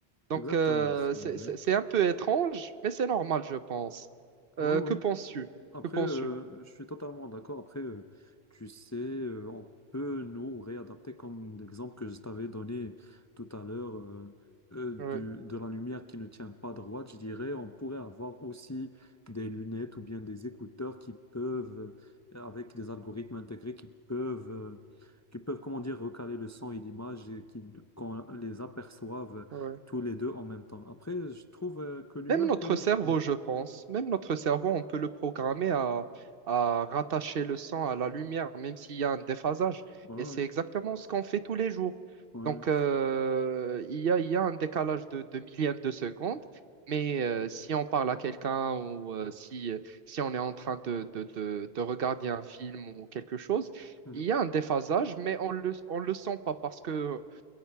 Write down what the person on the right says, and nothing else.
Donc,
euh,
c'est
c'est- c'est un peu étrange, mais c'est normal, je pense.
Euh,
que penses-tu?
Que penses-tu?
Ouais,
ouais.
Même notre
cerveau,
je pense, même notre cerveau, on peut le programmer à, à rattacher le sang à la lumière, même s'il y a un déphasage.
Et c'est exactement ce qu'on fait tous les jours.
Donc,
euh, il y a, il y a un décalage de, de millième de seconde, mais euh, si on parle à quelqu'un ou euh, si, si on est en train de, de, de, de regarder un film ou quelque chose,
il y a un déphasage, mais on le, on le sent pas parce que